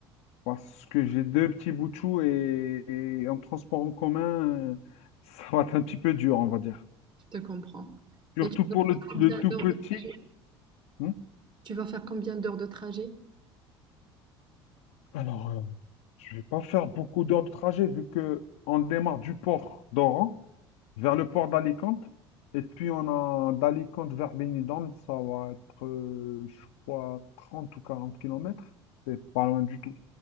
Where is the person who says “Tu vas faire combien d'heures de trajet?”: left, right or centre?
Right